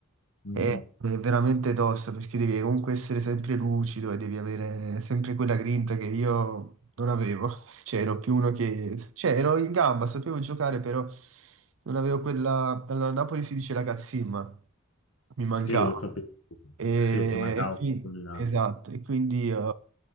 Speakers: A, on the left; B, on the right.
A: mhm.
B: È è veramente tosta perché devi comunque essere sempre lucido e devi avere sempre quella grinta che io non avevo. <laughs> Cioè, ero più uno che... Cioè, ero in gamba, sapevo giocare, però non avevo quella... Allora, a Napoli si dice la cazzimma, mi mancava.
A: Sì, ho capito.
B: E,
A: Sì, ti mancava
B: e qui-
A: un po' di là.
B: esatto, e quindi eh,